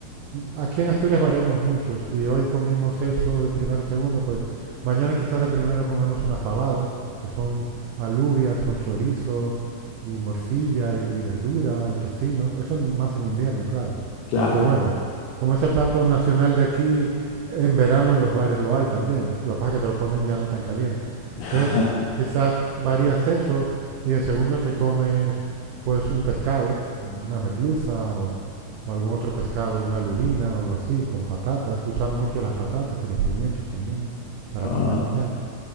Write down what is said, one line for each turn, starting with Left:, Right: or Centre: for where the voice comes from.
Right: aquí en Asturias variamos mucho. Si hoy comimos eso de primero y segundo, pues mañana quizás de primero comemos una fabada, que son alubias con chorizo y morcilla y, y verdura y tocino. Eso más en invierno, claro.
Left: Claro.
Right: Aunque bueno, como es el plato nacional de aquí, en verano en los bares lo hay también. Lo que pasa es que te lo ponen ya no tan caliente.
Left: <laughs>
Right: Entonces, quizás varías eso y de segundo te comes pues un pescado, una merluza o, o algún otro pescado, una lubina o algo así, con patatas. Usamos mucho las patatas y los pimientos también para
Left: Ah,
Right: acompañar